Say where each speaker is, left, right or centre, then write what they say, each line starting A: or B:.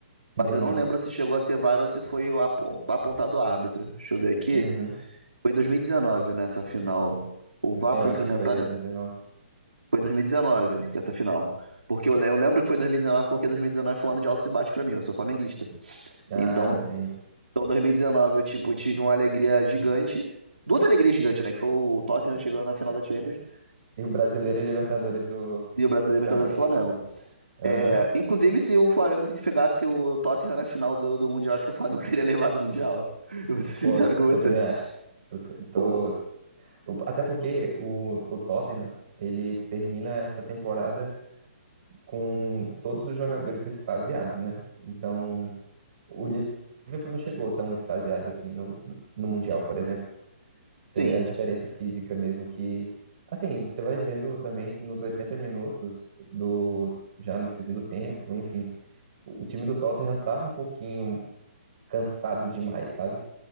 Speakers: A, on the right; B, on the right.
A: Entendi.
B: Mas eu não lembro se chegou a ser VAR ou se foi o apon- apontado o árbitro. Deixa eu ver aqui.
A: Uhum.
B: Foi em 2019 nessa final. O VAR
A: É,
B: foi
A: eu acho
B: implementado.
A: que foi 2019.
B: Foi em 2019 que essa final. Porque eu le- eu lembro que foi 2019, porque 2019 foi um ano de altos e baixos pra mim. Eu sou flamenguista.
A: Ah,
B: Então,
A: sim.
B: então, 2019, eu, tipo, tive uma alegria gigante. Duas alegrias gigantes, né? Que foi o Tottenham chegando na final da Champions
A: E o Brasileiro e Libertadores do,
B: e o Brasileiro
A: do Flamengo.
B: Libertadores do Flamengo.
A: Aham.
B: É, inclusive, se o Flamengo pegasse o Tottenham na final do, do Mundial, acho que o Flamengo <laughs> teria levado o Mundial. Eu vou ser
A: Pô,
B: sincero com você.
A: eu também acho. Tô,
B: O-
A: tô- o- Até porque o, o Tottenham, ele termina essa temporada com todos os jogadores extasiados, né? Então, o Liverpool não chegou tão extasiado assim no, no Mundial, por exemplo. Você
B: Sim,
A: vê a diferença física mesmo que. Assim, você vai vendo também que nos 80 minutos do já no segundo tempo, enfim, o time do Tottenham tava um pouquinho cansado demais, sabe?